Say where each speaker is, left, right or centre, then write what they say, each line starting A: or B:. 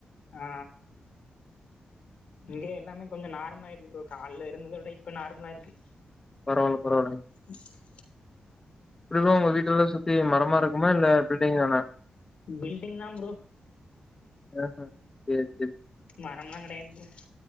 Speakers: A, on the left (about 70°); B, on the left (about 25°).
A: ஆ இங்க எல்லாமே கொஞ்சம் நார்மலாயிருக்கு ப்ரோ கால்ல இருந்தத விட இப்ப நார்மலா இருக்கு
B: பரவால்ல பரவால்லங்க
A: <inaudible>
B: இப்டி தா உங்க வீட்டெல்லா சுத்தி மரமா இருக்குமா இல்ல பில்டிங் தானா
A: பில்டிங் தா ப்ரோ
B: அ ஆ சேரி செரி
A: மரம்லா கெடயாது ப்ரோ